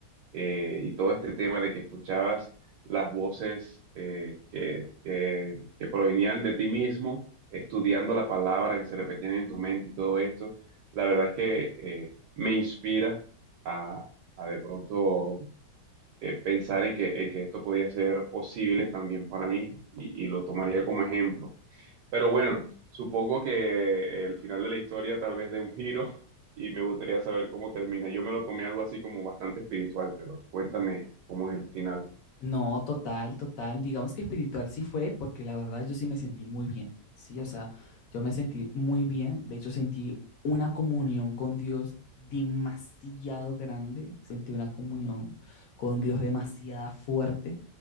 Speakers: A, on the right (about 75°); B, on the left (about 65°).
A: eh, y todo este tema de que escuchabas las voces eh, que, que- que provenían de ti mismo, estudiando la palabra que se repetían en tu mente y todo esto, la verdad es que eh, me inspira a, a de pronto eh, pensar en que, en que esto podía ser posible también para mí y y lo tomaría como ejemplo. Pero bueno, supongo que el final de la historia tal vez dé un giro <laughs> y me gustaría saber cómo termina. Yo me lo tomé algo así como bastante espiritual, pero cuéntame cómo es el final.
B: No, total, total. Digamos que espiritual sí fue, porque la verdad yo sí me sentí muy bien. Sí, o sea, yo me sentí muy bien. De hecho, sentí una comunión con Dios demasiado grande. Sentí una comunión con Dios demasiado fuerte.